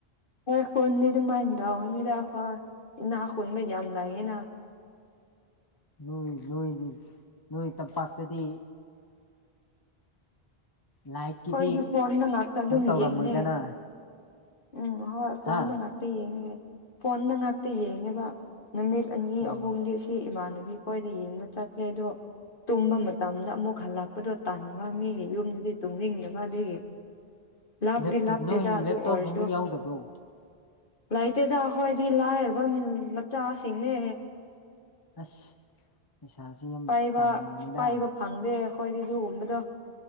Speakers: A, on the left; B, on the left.
A: ꯈꯣꯏ ꯈꯨꯟꯗꯤ ꯑꯗꯨꯃꯥꯏ ꯇꯧꯕꯅꯤꯗ ꯍꯣꯏ ꯏꯅꯥ ꯈꯨꯟꯕ ꯌꯥꯝ ꯂꯩꯌꯦꯅ꯫
B: ꯅꯣꯏ-ꯅꯣꯏꯗꯤ ꯅꯣꯏ ꯇꯝꯄꯥꯛꯇꯗꯤ ꯂꯥꯏꯠꯀꯤꯗꯤ
A: ꯍꯣꯏꯗꯤ ꯐꯣꯟꯗ ꯉꯥꯛꯇ ꯑꯗꯨꯝ
B: ꯀꯩꯝ ꯇꯧꯔꯝꯃꯣꯏꯗꯅ
A: ꯌꯦꯡꯉꯦ ꯎꯝ ꯍꯣꯏ ꯐꯣꯟꯗ
B: ꯍꯥ
A: ꯉꯥꯛ ꯇ ꯌꯦꯡꯉꯦ ꯐꯣꯟꯗ ꯉꯥꯛꯇ ꯌꯦꯡꯉꯦꯕ ꯅꯨꯃꯤꯠ ꯑꯅꯤ
B: ꯎꯝ
A: ꯑꯍꯨꯝꯗꯤ ꯗꯤ ꯏꯃꯥꯟꯅꯕꯤ ꯈꯣꯏꯗ ꯌꯦꯡꯕ ꯆꯠꯂꯦ ꯑꯗꯣ ꯇꯨꯝꯕ ꯃꯇꯝꯗ ꯑꯃꯨꯛ ꯍꯜꯂꯛꯄꯗꯣ ꯇꯟꯕ ꯃꯤꯒꯤ ꯃꯌꯨꯝꯗꯗꯤ ꯇꯨꯝꯅꯤꯡꯗꯕ ꯑꯗꯨꯏꯒꯤ꯫ ꯂꯥꯞꯇꯤ
B: ꯂꯦꯞꯇꯣꯞ
A: ꯂꯥꯞꯇꯦꯗ
B: ꯅꯣꯏ
A: ꯑꯗꯨ
B: ꯂꯦꯞꯇꯣꯞꯀꯨꯝꯕ
A: ꯑꯣꯏꯔꯁꯨ꯫
B: ꯌꯥꯎꯗꯕ꯭ꯔꯣ
A: ꯂꯩꯇꯦꯗ ꯈꯣꯏꯗꯤ ꯂꯥꯏꯔꯕ ꯃꯤ-ꯃꯆꯥꯁꯤꯡꯅꯦ꯫
B: ꯑꯁ ꯄꯩꯁꯥꯥꯁꯦ ꯌꯥꯝ
A: ꯄꯥꯏꯕ
B: ꯇꯥꯜꯂꯝꯒꯅꯤꯗ꯫
A: ꯄꯥꯏꯕ ꯐꯪꯗꯦ ꯑꯩꯈꯣꯏꯗꯤ ꯑꯗꯨꯒꯨꯝꯕꯗꯣ꯫